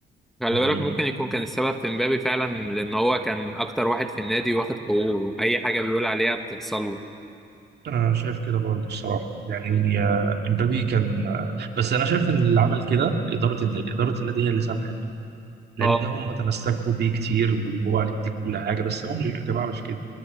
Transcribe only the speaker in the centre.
خلي
بالك ممكن يكون كان السبب في مبابي فعلا لان هو كان اكتر واحد في النادي واخد حقوقه اي حاجه بيقول عليها بتحصل له
اه